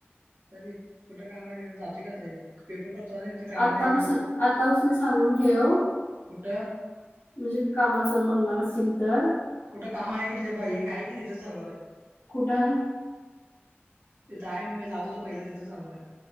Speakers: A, on the right (about 65°); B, on the left (about 60°).
A: कुठं काम आहे, तिकडं जातो की आता. पेपर करतो आणि ते काम
B: आतापासून,
A: आहे एकदा
B: आतापासून सांगून ठेव
A: कुठं
B: म्हणजे कामाच बघणार असेल तर,
A: कुठं काम आहे कि, तिथे बाई का आहे कि तिथेच जाणार आहे.
B: कुठ आहे?
A: तिथं आहे म जातो तर पहिला तिथंच जाणार आहे.